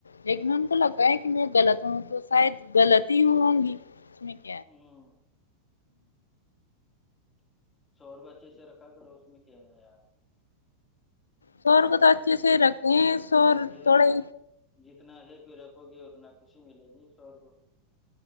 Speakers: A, on the left (about 75°); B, on the left (about 15°).
A: لیکن تو لگتاا
B: ہ
A: ہے کہ میں غلط ہوں تو شاید غلط ہی ہوں گی اس میں <inaudible>
B: ہ سکل سوورو اچھے سے رکھا کرو اس میں کیا ہے یار
A: شور کو تو اچھے سے رکھتے ہیں سور
B: جتنا
A: تھڑے
B: جتنا ہی پہ رکھو گی اتنا خوشی ملے گی سور کو